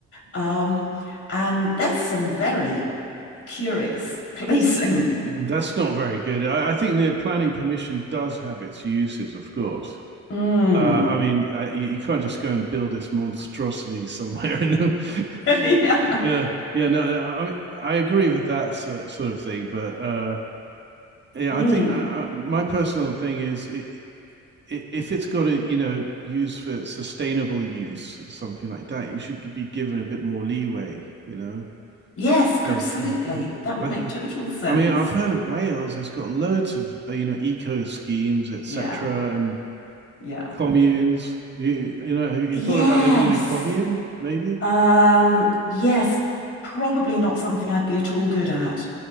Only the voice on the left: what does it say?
Um, and there's some very curious placing.
Mm.
<laughs>
Yeah.
Mm.
Yes,
absolutely.
That would
make total sense.
Yeah.
Yeah.
Yes.
Um, yes, probably not something I'd be at all good at.